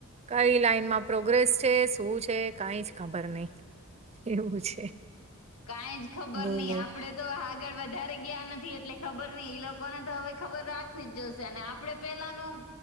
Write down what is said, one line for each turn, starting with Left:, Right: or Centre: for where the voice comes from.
Right: કઈ લાઈન માં પોગ્રેસ છે શું છે કઈ જ ખબર નહી. એવું છે.
Left: કઈ જ ખબર
Right: બોલો
Left: નહી આપડે તો હા. આગળ વધારે ગયા નથી એટલે ખબર નઈ ઈ લોકોને તો હવે ખબર રાખવી જ જશે અને આપડે પેલાનું.